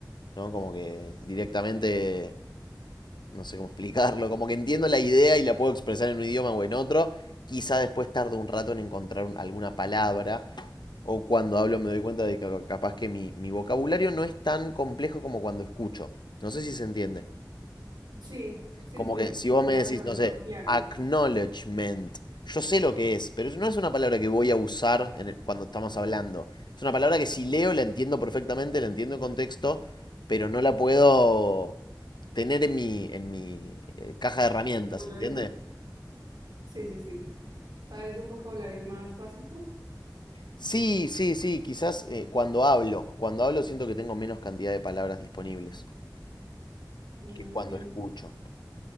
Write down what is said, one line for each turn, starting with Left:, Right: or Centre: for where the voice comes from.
Left: ¿No? Como que directamente, no sé cómo explicarlo. Como que entiendo la idea y la puedo expresar en un idioma o en otro. Quizá después tarde un rato en encontrar un- alguna palabra. O cuando hablo me doy cuenta de que capaz que mi, mi vocabulario no es tan complejo como cuando escucho. No sé si se entiende.
Right: Sí, sí,
Left: Como
Right: sí, sí,
Left: que
Right: porque
Left: si
Right: falta
Left: vos me decís,
Right: de pronto
Left: no sé,
Right: ampliarlo.
Left: acknowledgement, yo sé lo que es, pero no es una palabra que voy a usar en el- cuando estamos hablando. Es una palabra que si leo la entiendo perfectamente, la entiendo en contexto, pero no la puedo tener en mi, en mi eh, caja de herramientas,
Right: ¿Vocabulario?
Left: ¿entiendes?
Right: Sí, sí, sí. O sea, eres de un vocabulario más básico.
Left: Sí, sí, sí, quizás eh, cuando hablo, cuando hablo siento que tengo menos cantidad de palabras disponibles
Right: No
Left: que
Right: entiendo.
Left: cuando escucho.